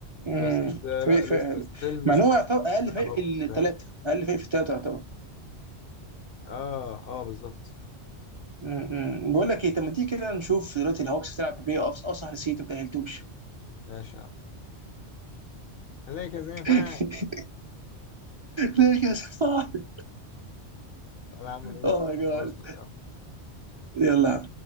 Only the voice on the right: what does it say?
مم.
فريق
فريق
حلو
مع ان
هو يعتبر اقل
فريق
في الثلاثه
اقل فريق في الثلاثه يعتبر
مم. بقول لك ايه طب ما تيجي كده نشوف دلوقتي الهوكس تلعب بلاي اوفس اه صح نسيت ما تاهلتوش
<laughs>
ليه كاس العالم؟
اوه
ماي
جاد
يلا